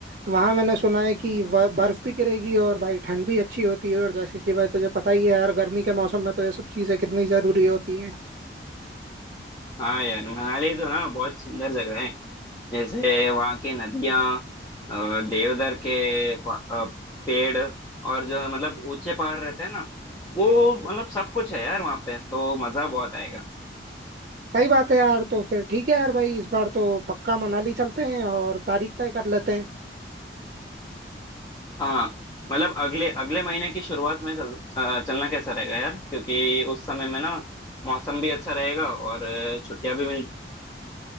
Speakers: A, on the right; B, on the left.
A: वहां मैंने सुना है कि व- बर्फ भी गिरेगी और भाई ठंड भी अच्छी होती है और जैसे कि भाई तुझे पता ही है यार गर्मी के मौसम में तो ये सब चीजें कितनी जरूरी होती हैं
B: हाँ यार मनाली तो ना बहुत सुंदर जगह है जैसे वहाँ की नदियाँ देवदार के प- अ, पेड़ और जो है मतलब ऊंचे पहाड़ रहते हैं ना वो मतलब सब कुछ है यार वहाँ पे तो मजा बहुत आएगा
A: सही बात है यार तो फिर ठीक है यार भाई इस बार तो पक्का मनाली चलते हैं और तारीख तय कर लेते हैं
B: हाँ मतलब अगले अगले महीने की शुरुआत में चल अ, चलना कैसा रहेगा यार क्योंकि उस समय में ना मौसम भी अच्छा रहेगा और छुट्टियां भी मिल